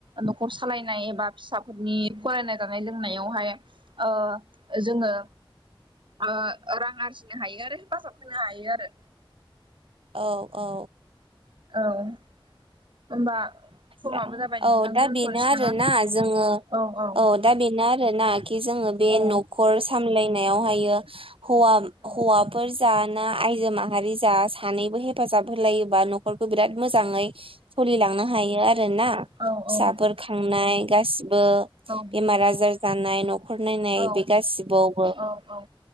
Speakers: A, on the right; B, on the right.
A: न'खर सालायनाय एबा फिसाफोरनि फरायनाय जानाय लोंनायावहाय ओ जोंङो ओ रां आरजिनो हायो आरो हेफाजाब होनो हायो आरो।
B: औ औ।
A: औ। होमबा सममाबो
B: दा
A: जाबाय नोंथां
B: औ दा
A: दोनथ'नोसै
B: बेनो आरोना
A: नामा
B: जोङो
A: औ औ।
B: दा बेनो आरो ना खि जोंङो बे
A: औ
B: न'खर सामलायनायावहायो हौवा
A: औ
B: हौवाफोर जा ना आयजो माहारि जा सानैबो हेफाजाब होलायोबा नखर फोरखौ बिराद मोजाङै सोलिलांनो हायो आरोना। फिसाफोर
A: औ औ
B: खांनाय गासिबो
A: औ
B: बेमार आजार जानाय नख न'खर नायनाय
A: औ
B: बे गासिबावबो।
A: औ औ।